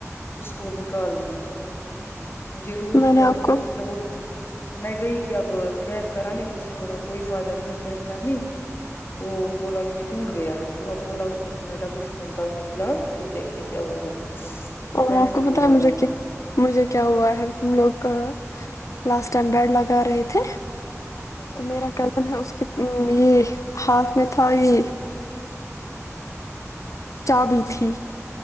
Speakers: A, on the left; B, on the left.
A: اس کو نکالنا ہے اس کو مجھے روٹ
B: میں نے
A: کینال
B: آپ کو
A: کر کے تھا وہ میں گئی تھی اب کیب کرانی تو اس نے بولا کوئی فائدہ نہیں ہے کیب کرنی تو بولا کہ یہ ٹوٹ گیا ہے تو اب بولا اس نے کہ میں ڈبل فلنگ کروں گا فی الحال پھر دیکھ کے کیا ہوگا
B: اور
A: اب وینسڈے
B: آپ کو پتا ہے
A: جانا
B: مجھے کیا مجھے کیا ہوا ہے ہم لوگ لاسٹ ٹائم بیڈ لگا رہے تھے
A: اچھا
B: تو
A: اچھا
B: میرا کزن ہے اس کے یہ ہاتھ میں تھا یہ چابی تھی